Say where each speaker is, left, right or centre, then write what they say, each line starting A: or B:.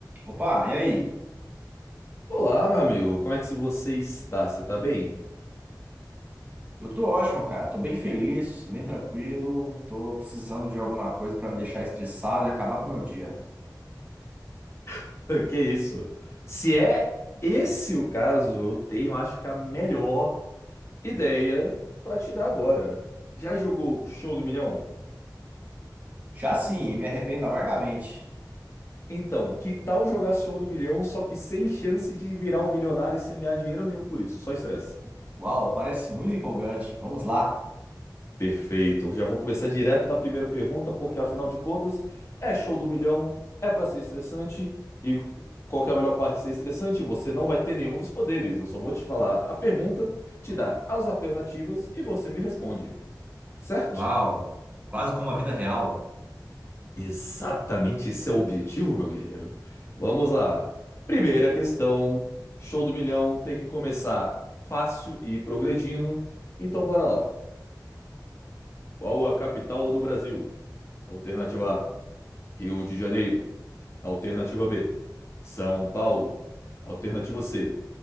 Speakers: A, on the right; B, on the left.
A: Opa, e aí?
B: Olá, meu amigo, como é que você está? Você tá bem?
A: Eu tô ótimo, cara. Tô bem feliz, tô bem tranquilo. Tô precisando de alguma coisa pra me deixar estressado e acabar com o meu dia.
B: <laughs> Que isso? Se é esse o caso, eu tenho, acho que a melhor ideia pra te dar agora. Já jogou Show do Milhão?
A: Já sim, e me arrependo amargamente.
B: Então, que tal jogar Show do Milhão, só que sem chance de virar um milionário e sem ganhar dinheiro nenhum por isso, só estresse.
A: Uau, parece muito empolgante. Vamos lá.
B: Perfeito. Eu Já vou começar direto na primeira pergunta, porque afinal de contas, é show do milhão, é pra ser estressante e qual que é a melhor parte de ser estressante? Você não vai ter nenhum dos poderes. Eu só vou te falar a pergunta, te dar as alternativas e você me responde, certo?
A: Uau! Quase como a vida real.
B: Exatamente esse é o objetivo, meu guerreiro. Vamos lá. Primeira questão, show do milhão, tem que começar fácil e ir progredindo. Então bora lá. Qual a capital do Brasil? Alternativa A. Rio de Janeiro, alternativa B. São Paulo, alternativa C.